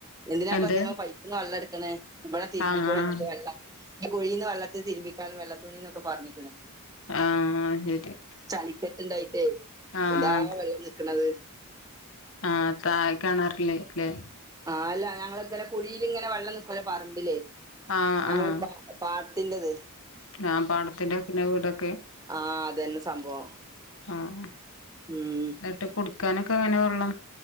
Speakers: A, on the right (about 15°); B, on the left (about 65°).
A: എന്തിനാപ്പ
B: എന്ത്
A: നിങ്ങള് പൈപ്പ്ന്ന് വെള്ളം ഇടുക്കണ് ഇവിടെെ തിരുമ്പിക്കൂടെ
B: ആഹ് ആഹ്
A: വെള്ളം ഈ കുഴീന്ന് വെള്ളത്തിൽ തിരുമ്പിക്കാള് വെള്ള തുണിന്നൊക്കെ പറഞ്ഞിക്ക്ണ്
B: ആഹ് ശരി
A: ചളിക്കെട്ടുണ്ടായിട്ടേ
B: ആഹ്
A: എന്താ വെള്ളം നിക്ക്ണത്
B: ആഹ താഴെ കെണർല് ലേ
A: ആഹ് അല്ല ഞങ്ങൾ ഇങ്ങനെ കുഴിയില് ഇങ്ങനെ വെള്ളം നിക്കുല്ലോ പറമ്പില്
B: ആഹ്
A: ഞങ്ങൾ
B: ആഹ്
A: പാട്ത്തിന്റത്
B: ഞാൻ പാടത്തിന്റെ വക്കിന്റെ വീടൊക്കെ
A: ആഹ അതന്നെ സംഭവം
B: ആഹ
A: ഉം
B: എന്നിട്ട് കുടിക്കാനൊക്കെ എങ്ങനെ വെള്ളം